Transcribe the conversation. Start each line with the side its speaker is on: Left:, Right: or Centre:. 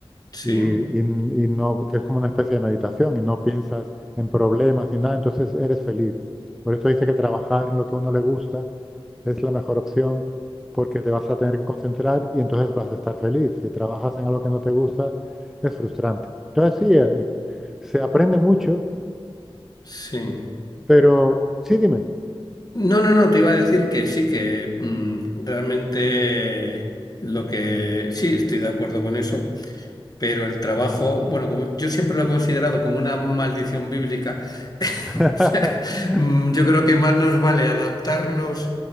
Left: Sí,
Centre: y, y n- y no, que es como una especie de meditación y no piensas en problemas ni nada, entonces eres feliz. Por esto dice que trabajar en lo que a uno le gusta es la mejor opción porque te vas a tener que concentrar y entonces vas a estar feliz. Si trabajas en algo que no te gusta, es frustrante. Entonces, sí, eh, se aprende mucho.
Left: sí.
Centre: Pero, sí, dime.
Left: No, no, no, te iba a decir que sí, que mm, realmente lo que sí, estoy de acuerdo con eso. Pero el trabajo, bueno, como yo siempre lo he considerado como una maldición bíblica, <laughs> o
Centre: <laughs>
Left: sea, mm, yo creo que más nos vale adaptarnos